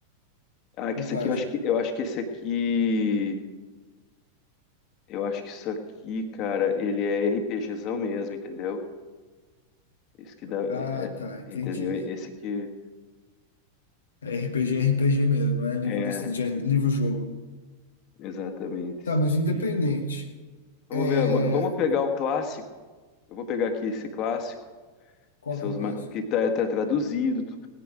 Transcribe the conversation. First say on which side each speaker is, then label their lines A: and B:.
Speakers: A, on the left; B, on the left.
A: ah, é
B: por
A: que esse
B: página.
A: aqui eu acho que eu acho que esse aqui. Eu acho que isso aqui, cara, ele é RPGzão mesmo, entendeu? Esse que dá. é-
B: Ah,
A: é-
B: tá, entendi.
A: entendeu? Esse que
B: É RPG, RPG mesmo, não é livro
A: É,
B: desse, de, livro-jogo.
A: exatamente.
B: Tá,
A: Esti-
B: mas independente.
A: Vamos
B: É,
A: ver agora. Vamos pegar o clássico. Eu vou pegar aqui esse clássico,
B: qual
A: que são
B: que é
A: os
B: o próximo?
A: ma- que tá, tá traduzido, tudo.